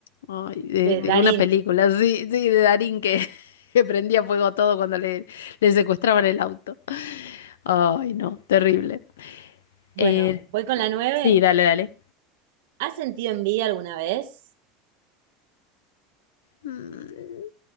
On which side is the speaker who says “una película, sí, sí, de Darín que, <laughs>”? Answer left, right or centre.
Left